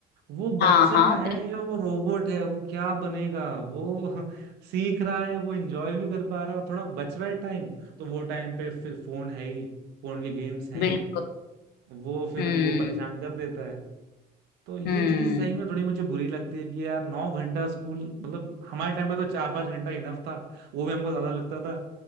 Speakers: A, on the right; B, on the left.
A: वो बच्चा
B: हाँ हाँ
A: है
B: बिल-
A: या वो रोबोट है वो क्या बनेगा वो <laughs> सीख रहा है वो एंजॉय भी कर पा रहा है और थोड़ा बच रहा है टाइम तो वो टाइम पे फिर फोन है ही फोन के गेम्स हैं
B: बिल्कुल
A: ही वो फिर
B: हम्म
A: उनको परेशान कर देता है तो ये
B: हम्म
A: चीज सही में थोड़ी मुझे बुरी लगती है कि यार नौ घंटा स्कूल मतलब हमारे टाइम में तो चार पांच घंटा इनफ था वो भी हमको ज्यादा लगता था